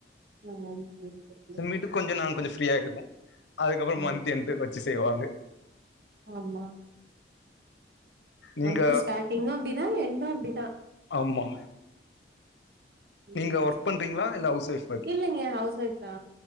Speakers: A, on the right (about 60°); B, on the left (about 80°).
A: ஓ! சரி, சரிங்க.
B: சோ வீட்டு கொஞ்ச நாங் கொஞ்சோ ஃப்ரீயாய்டுவோ அதுக்கப்பறோ
A: ம்.
B: மந்து என்டு வெச்சி செய்வாங்க
A: ஆமா
B: நீங்க
A: மன்த்து ஸ்டாடிங்கு அப்டிதா என்டு அப்டிதா
B: ஆமா
A: ம்.
B: நீங்க ஒர்க்
A: சரி.
B: பண்றீங்ளா இல்ல ஹவுஸ் ஓய்ப்
A: இல்லங்க ஹவுஸ் ஓய்ப்தா